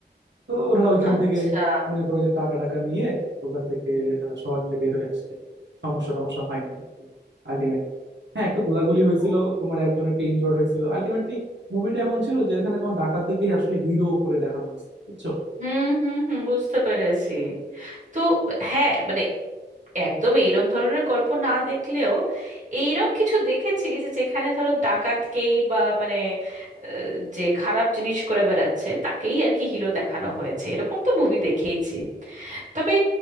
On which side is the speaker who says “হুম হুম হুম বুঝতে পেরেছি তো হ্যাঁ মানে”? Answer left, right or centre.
Right